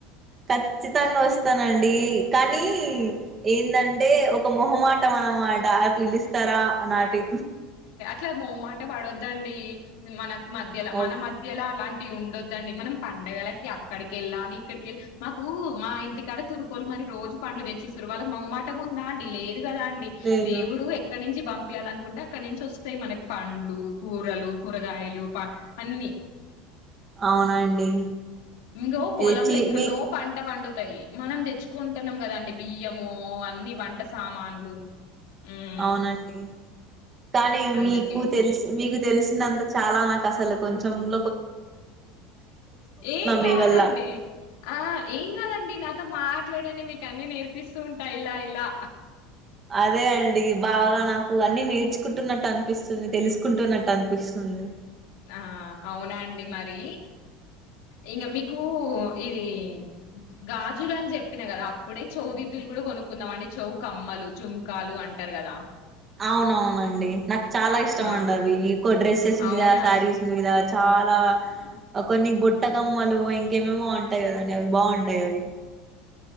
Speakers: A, on the right; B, on the left.
A: ఖచ్చితంగా వస్తానండి కానీ ఏంటంటే ఒక మొహమాటం అనమాట పిలుస్తారా నాటి
B: అ మొ మాట పడొద్దండి మనకు మధ్యలో మన
A: ఓకే
B: మధ్యలో అలాంటి ఉండొద్దండి మనం పండడుగలకి అక్కడికి వెళ్ళాలి ఇక్కడికిళ్ళాలి మాకు మా ఇంటికాడ తురుకోలు మరి రోజు పండ్లు తెచ్చిస్తారు వాళ్ళకి మమాటం ఉందా అండి లేదు కదా అండి
A: లేదు
B: దేవుడు ఎక్కడి నుంచి పంపించాలి అనుకుంటే అక్కడ నుంచి వస్తాయి మనకి పండ్లు కూరలు కూరగాయలు అన్ని
A: అవునండి
B: ఇంకో పొలంలో
A: తెచ్చి
B: ఎక్కన్నో
A: మీ
B: పంట పండుతాయి మనం తెచ్చుకుంటున్నాం కదా అండి బియ్యము అ అన్ని వంట సామాన్లు ఉమ్
A: అవునాకతే కానీ
B: అందుకే
A: మీకు తెలిసి మీకు తెలిసినంత చాలా నాకు అసలు కొంచెం ఉ
B: ఏం కాదండి
A: మీ వల్ల
B: ఆ ఏం కాదండి నాతో మాట్లాడండి మీకు అన్నీ నేర్పిస్తూ ఉంటా ఇలా ఇలా
A: అదే అండి బాగా నాకు అన్ని నేర్చుకుంటున్నట్టు అనిపిస్తుంది తెలుసుకుంటున్నట్టు అనిపిస్తుంది
B: ఆ అవునాండి మరి ఇంక మీకు ఇది గాజులు అని చెప్పినా కదా అప్పుడే చౌదిద్దులు కూడా కొనుక్కుందాం అండి చౌ కమ్మలు జుంకాలు అంటారు కదా
A: అవునవునండి నాకు చాలా ఇష్టం
B: ఆ
A: అండి అవి ఎక్కువ డ్రెస్సెస్ మీద
B: అవునా
A: శారీస్ మీద చాలా కొన్ని బుట్టకమ్మలు ఇంకేమేమో ఉంటాయి కదండి అవి బాగుంటాయి అవి